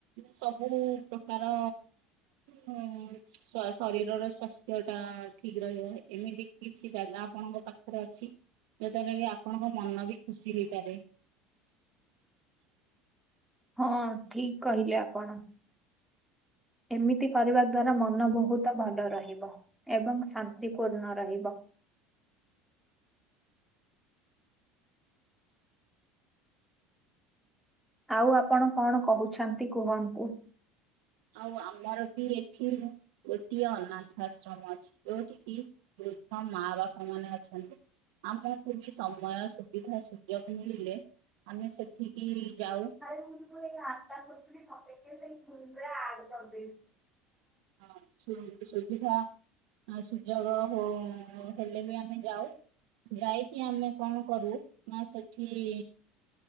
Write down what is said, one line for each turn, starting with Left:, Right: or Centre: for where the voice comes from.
Right: ସବୁ ପ୍ରକାର ହୁ ଶରୀରର ସ୍ଵାସ୍ଥ୍ୟ ଟା ଠିକ ରହିବ ଏମିତି କି କିଛି ଜାଗା ଆପଣଙ୍କ ପାଖରେ ଅଛି ଯୋଉଟାକି କି ଆପଣଙ୍କ ମନ ବି ଖୁସି ହେଇପାରେ। <inaudible>
Centre: ହଁ ଠିକ କହିଲେ ଆପଣ। ଏମିତି କରିବା ଦ୍ଵାରା ମନ ବହୁତ ଭଲ ରହିବ ଏବଂ ଶାନ୍ତିପୂର୍ଣ ରହିବ। ଆଉ ଆପଣ କଣ କହୁଛନ୍ତି କୁହନ୍ତୁ।
Right: ଆଉ ଆମର ବି ଏଠି ଗୋଟିଏ ଅନାଥ ଆଶ୍ରମ ଅଛି। ଯୋଉଠିକି ବୃଦ୍ଧ ମା ବାପା ମାନେ ଅଛନ୍ତି। ଆମକୁ ବି ସମୟ ସୁବିଧା ସୁଯୋଗ ମିଳିଲେ ଆମେ ସେଠିକି ଯାଉ।
Centre: ଆରେ ମୁଁ ତ ଏଇ ରାସ୍ କରୁଥିଲିପ ସେଇ ଆଡ କରିଦେଇି।
Right: ହଁ ସ ସବଜି ଖା ସୁଯୋଗ ହ ହେଲେ ବି ଆମେ ଯାଉ ଯାଇକି ଆମେ କଣ କରୁ ନା ସେଠି